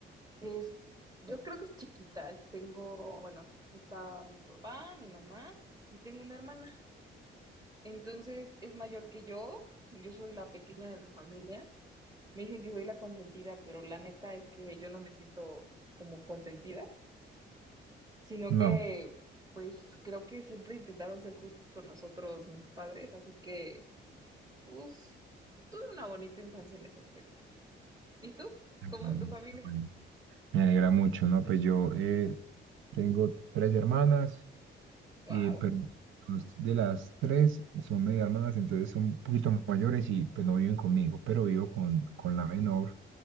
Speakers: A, on the right (about 20°); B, on the right (about 75°).
A: es, yo creo que es chiquita. Tengo, bueno, está mi papá, mi mamá y tengo una hermana. Entonces es mayor que yo, yo soy la pequeña de la familia. Me dicen que soy la consentida, pero la neta es que yo no me siento como consentida, sino
B: No.
A: que pues creo que siempre intentaron ser justos con nosotros, mis padres, así que pues tuve una bonita infancia en ese aspecto. ¿Y tú?
B: Ujú,
A: ¿Cómo es tu familia?
B: bueno. Me alegra mucho, ¿no? Pues yo eh, tengo tres hermanas,
A: Wow.
B: eh, pero dos de las tres son medio hermanas, entonces son un poquito mayores y pues no viven conmigo, pero vivo con, con la menor